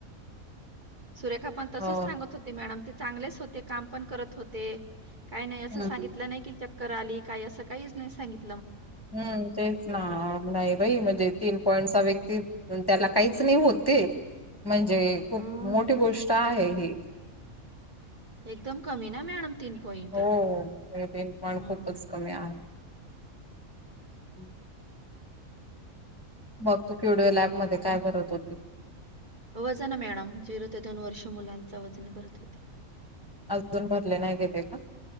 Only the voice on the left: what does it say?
हो
हम्म
हम्म तेच ना नाही
बाई म्हणजे तीन पॉईंटचा व्यक्ती त्याला काहीच नाही होते म्हणजे खूप
मोठी गोष्ट आहे ही
हो
पण
खूपच कमी आहे हम् मग तू क्युडिओ लॅब मध्ये काय करत होती
अजून भरले नाही घेते का